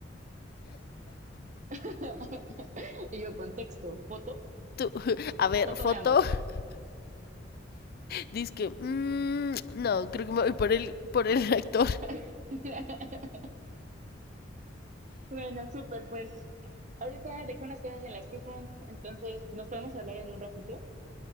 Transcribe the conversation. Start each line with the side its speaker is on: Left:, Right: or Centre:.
Right: <laughs> y yo contexto, foto,
Left: tú, <laughs> a ver,
Right: foto
Left: foto.
Right: de ambos.
Left: <laughs> Dice que, mm, no, creo que me voy por el, por el <laughs> actor.
Right: <laughs> Bueno, súper, pues, ahorita dejé unas cosas en la estufa, entonces, ¿nos podemos hablar en un ratito?